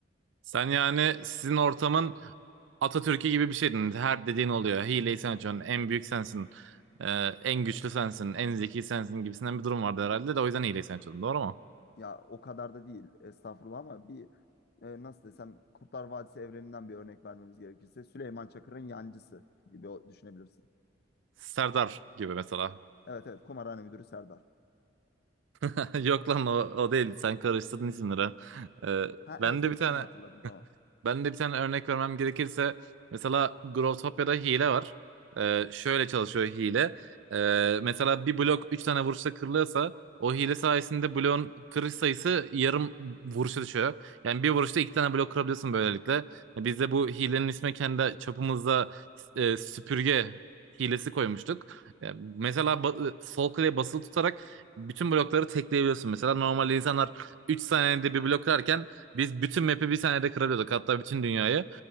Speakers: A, on the right; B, on the left.
A: Sen yani sizin ortamın Atatürk'ü gibi bir şeydin. Her dediğin oluyor. Hileyi sen açıyorsun. En büyük sensin. Ee, en güçlü sensin. En zeki sensin gibisinden bir durum vardı herhalde de o yüzden hileyi sen açıyordun. Doğru mu?
B: ya o kadar da değil estağfurullah ama bir e, nasıl desem Kurtlar Vadisi evreninden bir örnek vermemiz gerekirse Süleyman Çakır'ın yancısı gibi o- düşünebilirsin.
A: Serdar gibi mesela.
B: Evet evet kumarhane müdürü Serdar.
A: <laughs> Yok lan o, o değil. Sen karıştırdın isimleri. Ee,
B: Ha
A: ben
B: evet evet
A: de bir tane
B: şimdi hatırladım tamam.
A: Ben de bir tane örnek vermem gerekirse mesela Growtopia'da hile var. Ee, şöyle çalışıyor hile. Ee, mesela bir blok 3 tane vuruşta kırılıyorsa o hile sayesinde bloğun kırış sayısı yarım vuruşa düşüyor. Yani bir vuruşta iki tane blok kırabiliyorsun böylelikle. Ya Biz de bu hilenin ismi kendi çapımızda e, süpürge hilesi koymuştuk. Yani mesela ba- sol klavye basılı tutarak bütün blokları tekleyebiliyorsun. Mesela normal insanlar 3 saniyede bir blok kırarken biz bütün map'i bir saniyede kırabiliyorduk. Hatta bütün dünyayı.